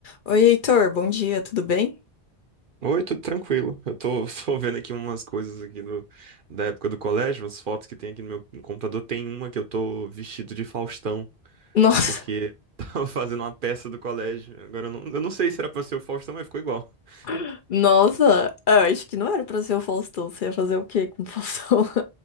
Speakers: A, on the left; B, on the right.
A: Oi, Heitor, bom dia, tudo bem?
B: Oi, tudo tranquilo. Eu tô, <laughs> tô vendo aqui umas coisas aqui do, da época do colégio, umas fotos que tem aqui no meu no computador. Tem uma que eu tô vestido de Faustão,
A: Nossa,
B: porque <laughs> tava fazendo uma peça do colégio. Agora eu não, eu não sei se era pra ser o Faustão, mas ficou igual. <laughs>
A: <laughs> nossa, é, eu acho que não era pra ser o Faustão. Você ia fazer o quê com o Faustão? <laughs>